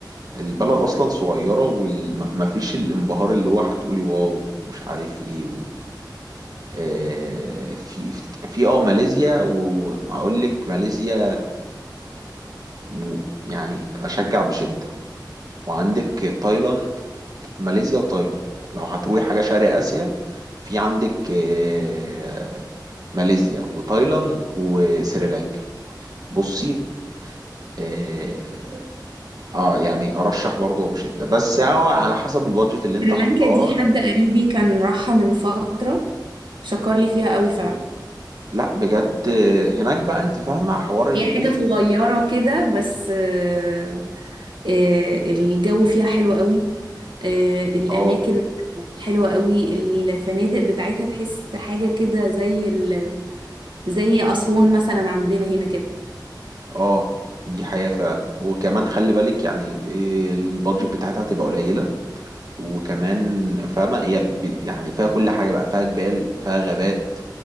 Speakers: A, on the right; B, on the right.
A: البلد اصلا صغيره ومفيش الانبهار اللي هو هتقولي واو ومش عارف ايه و... آه، في في اه ماليزيا واقول لك ماليزيا و... يعني اشجع بشده وعندك تايلاند ماليزيا وتايلاند لو هتروحي حاجه شرق اسيا في عندك آه، ماليزيا وتايلاند وسريلانكا بصي اه آه، يعني ارشح برضه بشده بس هو على حسب البادجت اللي انت
B: سريلانكا
A: حطاه
B: دي حد قريبي كان راحها من فترة شكر لي فيها قوي فعلا
A: لا بجد آه، هناك بقى انت فاهمه حوار اللي
B: هي
A: ايه
B: حاجة صغيرة كده بس آه، آه، الجو فيها حلو قوي آه، الأماكن
A: اه
B: حلوة قوي الفنادق بتاعتها تحس حاجة كده زي ال... زي أسوان مثلا عندنا هنا كده
A: اه دي حقيقه فعلا وكمان خلي بالك يعني إيه، البادجت بتاعتها هتبقى قليله وكمان فاهمه هي ب- يعني فيها كل حاجه بقى فيها جبال فيها غابات